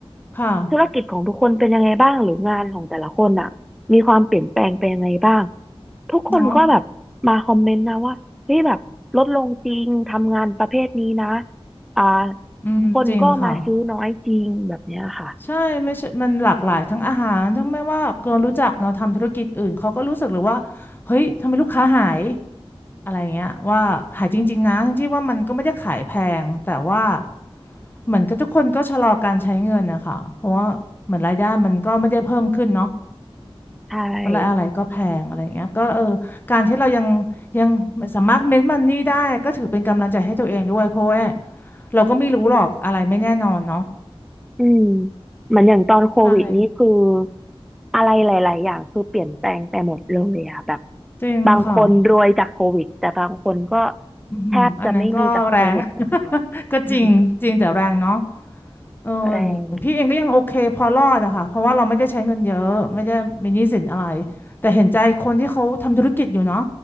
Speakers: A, on the left; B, in the centre.
A: ค่ะ
B: ธุรกิจของทุกคนเป็นยังไงบ้างหรืองานของแต่ละคนอ่ะมีความเปลี่ยนแปลงไปยังไงบ้างทุกคนก็แบบมาคอมเมนต์นะว่าเฮ้ยแบบลดลงจริงทำงานประเภทนี้นะ
A: เนาะ
B: อ่า
A: อืมจริงค่ะ
B: คนก็มาซื้อน้อยจริงแบบเนี้ยค่ะ
A: ใช่ไม่ใช่มันหลากหลายทั้งอาหารทั้งไม่ว่าคนรู้จักเนาะทำธุรกิจอื่นเขาก็รู้สึกเลยว่าเฮ้ยทำไมลูกค้าหายอะไรเงี้ยว่าหายจริงๆนะทั้งที่ว่ามันก็ไม่ได้ขายแพงแต่ว่าเหมือนกับทุกคนก็ชะลอการใช้เงินนะคะเพราะว่าเหมือนรายได้มันก็ไม่ได้เพิ่มขึ้นเนาะ
B: ใช่
A: ก็เลยอะไรก็แพงอะไรเงี้ยก็เออการที่เรายังยังสามารถเม้นมันนี่ได้ก็ถือเป็นกำลังใจให้ตัวเองด้วยเพราะว่าเราก็ไม่รู้หรอกอะไรไม่แน่นอนเนาะ
B: อืมเหมือนอย่างตอนโควิดนี่คือ
A: ใช่
B: อะไรหลายๆอย่างคือเปลี่ยนแปลงไปหมดเลยอะแบบ
A: จริงค่ะ
B: บางคนรวยจากโควิดแต่บางคนก็
A: อือหืออันนั้นก็แรง
B: แทบจะไม่มีจากโควิดเหมือนกัน
A: <laughs> ก็จริงจริงแต่แรงเนาะ
B: อืม
A: เอออย่างพี่เองก็ยังโอเคพอรอดอะค่ะเพราะว่าเราไม่ได้ใช้เงินเยอะไม่ได้มีหนี้สินอะไร
B: แรง
A: แต่เห็นใจคนที่เขาทำธุรกิจอยู่เนาะ